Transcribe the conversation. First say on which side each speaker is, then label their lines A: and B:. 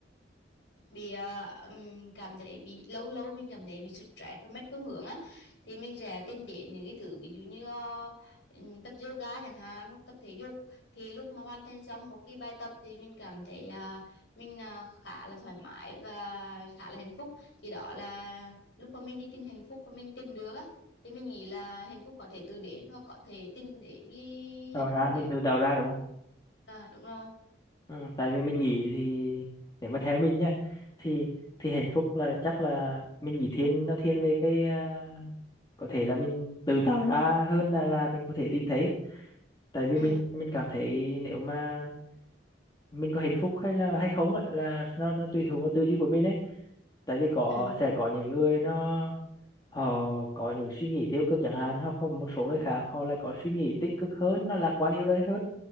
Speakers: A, on the left; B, on the left.
A: bị ờ, ừm, cảm thấy bị lâu lâu mình cảm thấy bị sụt stress và mất phương hướng á thì mình sẽ tìm đến những cái thứ ví dụ như ờ, ừm, tập yoga chẳng hạn hoặc tập thể dục thì lúc mà hoàn thành xong một cái bài tập thì mình cảm thấy ờ, mình ờ, khá là thoải mái và khá là hạnh phúc thì đó là lúc mà mình đi tìm hạnh phúc và mình tìm được á thì mình nghĩ là hạnh phúc có thể từ đến hoặc có thể tìm đến cái
B: tạo
A: hạnh
B: ra
A: phúc
B: mình
A: thì
B: tự tạo ra đúng không
A: à, đúng rồi
B: ừ, tại vì mình nghĩ thì nếu mà theo mình nhá thì thì hạnh phúc là chắc là mình nghĩ thiên nó thiên về cái ờ, có thể là mình tự tạo ra hơn là là mình có thể tìm thấy tại vì
A: ừ
B: mình mình cảm thấy nếu mà mình có hạnh phúc hay là hay không á là nó nó tùy thuộc vào tư duy của mình ấy tại vì có
A: ừ
B: sẽ có những người nó họ có những suy nghĩ tiêu cực chẳng hạn hoặc có một số người khác họ lại có suy nghĩ tích cực hơn nó lạc quan yêu đời hơn